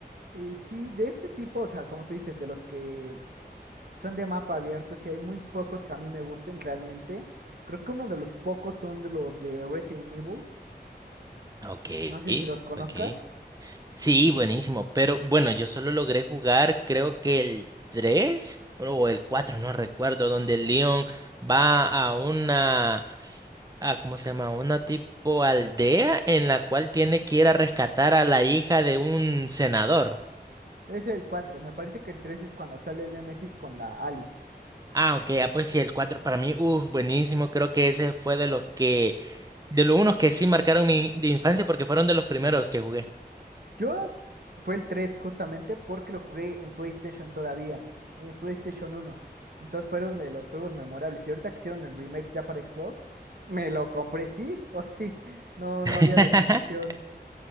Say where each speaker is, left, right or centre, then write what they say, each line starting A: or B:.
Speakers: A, on the right (about 60°); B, on the right (about 20°).
A: Eh, sí, de este tipo, o sea, como tú dices, de los que son de mapa abierto, sí hay muy pocos que a mí me gusten realmente. Creo que uno de los pocos son de los de Resident Evil.
B: Ok,
A: No sé si los conozcas.
B: ok. Sí, buenísimo, pero bueno, yo solo logré jugar creo que el 3 o el 4, no recuerdo, donde Leon va a una, a, ¿cómo se llama? Una tipo aldea en la cual tiene que ir a rescatar a la hija de un senador.
A: Es el cuatro Me parece que el 3 es cuando sale el Nemesis con la Alice.
B: Ah, ok, ah, pues sí, el cuatro para mí, uff, buenísimo, creo que ese fue de los que, de los unos que sí marcaron mi de infancia porque fueron de los primeros que jugué.
A: Yo fue el 3 justamente porque lo jugué en PlayStation todavía, en PlayStation uno Entonces fueron de los juegos memorables. Y ahorita que hicieron el remake ya para Xbox, me lo compré sí o sí. <laughs> No, no había
B: <laughs>
A: definición.